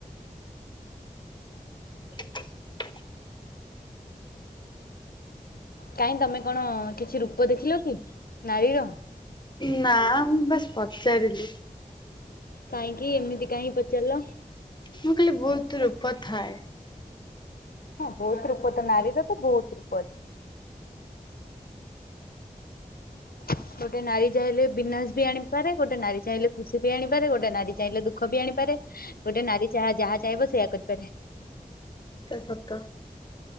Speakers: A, on the left; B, on the left.
A: <inaudible>
B: କାହିଁ ତମେ କଣ କିଛି ରୂପ ଦେଖିଲ କି ନାରୀର।
A: ନା ମୁଁ ବାସ୍ ପଚାରିଲି।
B: କାହିଁକି ଏମିତି କାଇଁ ପଚାରିଲ।
A: ମୁଁ କହିଲି ବହୁତ ରୂପ ଥାଏ।
B: ହଁ ବୋହୁତ ରୂପତ ନାରୀ ତ ତ ବହୁତ ରୂପ ଅଛି। <inaudible> ଗୋଟେ ନାରୀ ଚାହିଁଲେ ବିନାଶ ବି ଆଣିପାରେ ଗୋଟେ ନାରୀ ଚାହିଁଲେ ଖୁସି ବି ଆଣିପାରେ ଗୋଟେ ନାରୀ ଚାହିଁଲେ ଦୁଃଖ ଖ ବି ଆଣିପାରେ ଗୋଟେ ନାରୀ ଯାହା ଚାହିଁବ ସେଇୟା କରିପାରେ।
A: ଏଟା ସତ।